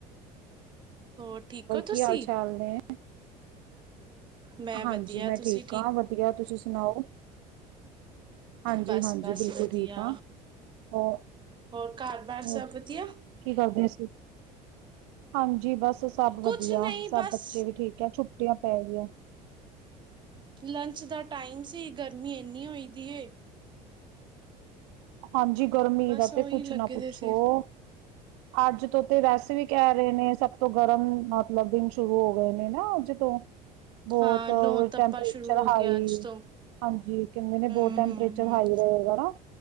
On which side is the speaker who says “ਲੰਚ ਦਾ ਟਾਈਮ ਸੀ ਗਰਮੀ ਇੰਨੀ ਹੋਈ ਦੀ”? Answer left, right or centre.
Right